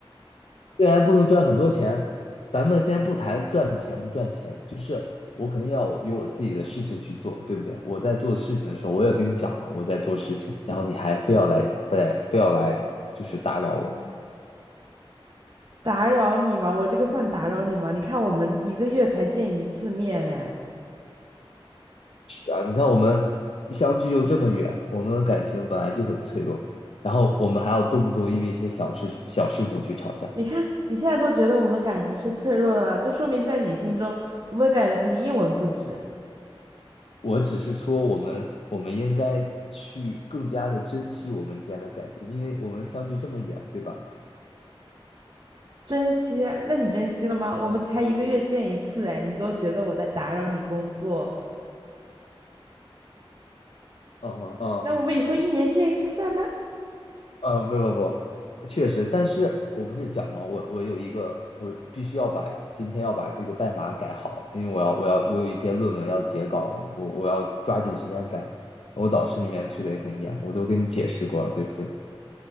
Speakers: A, on the left (about 90°); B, on the right (about 45°).
A: 既然不能赚很多钱，咱们先不谈赚钱不赚钱，就是我肯定要有我自己的事情去做，对不对？我在做事情的时候，我也跟你讲了我在做事情，然后你还非要来，非来非要来，就是打扰我。
B: 打扰你吗？我这个算打扰你吗？你看我们一个月才见一次面，哎，
A: 是啊，你看我们相距又这么远，我们的感情本来就很脆弱，然后我们还要动不动因为一些小事小事情去吵架。
B: 你看你现在都觉得我们的感情是脆弱的了，就说明在你心中我们的感情一文不值。
A: 我只是说，我们我们应该去更加的珍惜我们之间的感情，因为我们相距这么远，对吧？
B: 珍惜？那你珍惜了吗？我们才一个月见一次，哎，你都觉得我在打扰你工作，
A: 嗯嗯嗯
B: 那我们以后一年见一次算了？
A: 呃，不不不，确实，但是我不是讲嘛，我我有一个，我必须要把今天要把这个代码改好，因为我要我要我有一篇论文要截稿了，我我要抓紧时间改。我导师那边催的也很严，我都跟你解释过了，对不对？